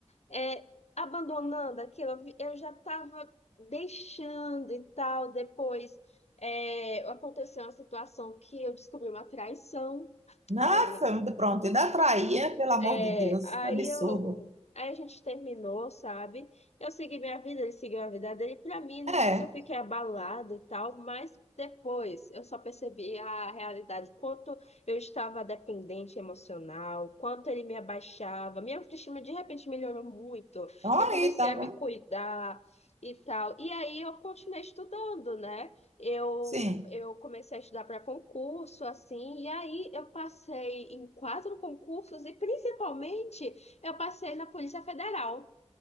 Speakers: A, on the left; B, on the right.
A: é, abandonando aquilo. Eu vi- eu já estava deixando e tal. Depois, é, aconteceu uma situação que eu descobri uma traição.
B: Nossa,
A: Aí.
B: pronto, ainda traía, pelo amor
A: É,
B: de Deus,
A: aí
B: que absurdo.
A: eu, aí a gente terminou, sabe? Eu segui minha vida, ele seguiu a vida dele. Pra mim, no
B: É,
A: início eu fiquei abalada e tal, mas depois eu só percebi a realidade, quanto eu estava dependente emocional, quanto ele me abaixava. Minha autoestima de repente melhorou muito.
B: então
A: Eu comecei
B: aí, tá
A: a
B: vendo?
A: me cuidar e tal. E aí eu continuei estudando, né? Eu,
B: Sim.
A: eu comecei a estudar para concurso, assim, e aí eu passei em quatro concursos e principalmente eu passei na Polícia Federal.